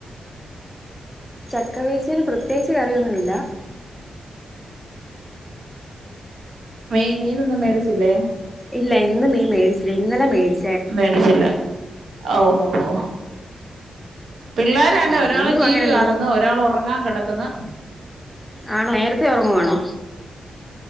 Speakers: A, in the centre; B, on the right.
A: ചക്കവേച്ചിയന് പ്രത്യേകിച്ച് കറിയൊന്നുവില്ല
B: മീ മീനൊന്നും മേടിച്ചില്ലേ
A: ഇല്ല ഇന്നും മീ മേടിച്ചില്ല ഇന്നലെ മേടിച്ച
B: മേടിച്ചില്ലേ ഓ ഓ ഓ പിള്ളോരണ്ട
A: ആ
B: ഒരാള്
A: എന്നും
B: ടിവി
A: അങ്ങനെ
B: കാണുന്നു
A: മീൻ
B: ഒരാൾ ഉറങ്ങാൻ കെടക്കുന്നു
A: ആണോ നേരത്തെ ഉറങ്ങുവാണോ